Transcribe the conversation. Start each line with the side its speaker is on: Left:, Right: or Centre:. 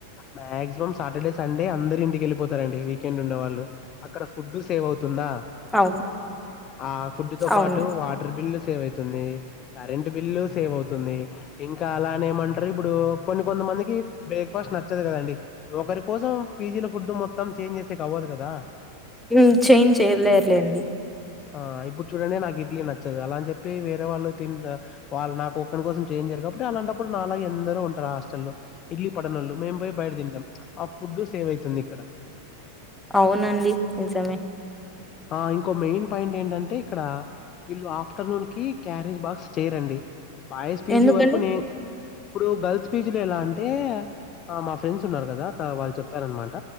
Left: మాక్సిమం సాటర్డే సండే అందరు ఇంటికి వెళ్ళిపోతారండి వీకెండ్ ఉన్నవాళ్ళు అక్కడ ఫుడ్ సేవ్ అవు తుందా
Centre: అవును
Left: ఆ ఫుడ్ తో
Centre: అవును
Left: పాటు వాటర్ బిల్లు సేవై తుంది కరెంట్ బిల్లు సేవ్ అవుతుంది ఇంకా అలానె ఏమంటారు ఇప్పుడు కొన్ని కొంత మందికి బ్రేక్ఫాస్ట్ నచ్చదు కదండి ఒకరి కోసం పీజీల ఫుడ్ మొత్తం చేంజ్ చేసేకి అవ్వదు కదా
Centre: హుం చేంజ్ చేయలేర్లేండి
Left: ఆ ఇప్పుడు చూడండి నాకు ఇడ్లీ నచ్చదు అలా అని చెప్పి వేరేవాళ్ళు తి వాళ్ళు నాకు ఒక్కని కోసం చేంజ్ చెయ్యరు కాబట్టి అలాంటప్పుడు నాలాగ ఎందరొ ఉంటారు ఆ హాస్టల్లో ఇడ్లీ పడనోళ్ళు మేం పోయి బయట తింటాం ఆ ఫుడ్ సేవ్ అవుతుంది ఇక్కడ
Centre: అవునండి నిజమే
Left: ఆ ఇంకో మెయిన్ పాయింట్ ఏంటంటే ఇక్కడ వీళ్ళు ఆఫ్టర్నూన్ కి క్యారీ బా స్టే రండి బాయ్స్ పీజీ
Centre: ఎందుకండి
Left: వరకు నే ఇప్పుడు గర్ల్స్ పీజీ లొ ఎలా అంటె మా ఫ్రెండ్స్ ఉన్నారు కదా వాళ్ళు చెప్పారనమాట